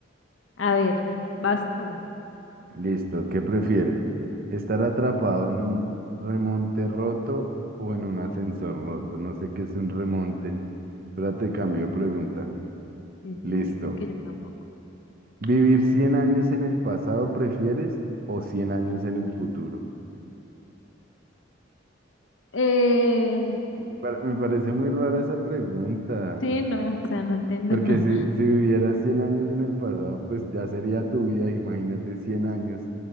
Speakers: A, on the left; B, on the right.
A: a ver, vas tú.
B: Listo, ¿qué prefieres? ¿Estar atrapado en un remonte roto o en un ascensor roto? No sé qué es un remonte. Espérate, cambio de pregunta.
A: Sí,
B: Listo.
A: sí, sí, porque yo tampoco.
B: ¿Vivir 100 años en el pasado prefieres o 100 años en el futuro?
A: Eh,
B: Me pare- me parece muy rara esa pregunta,
A: sí, no, <laughs> o sea, no entiendo
B: porque
A: nada.
B: si, si vivieras 100 años en el pasado, pues ya sería tu vida, imagínate 100 años.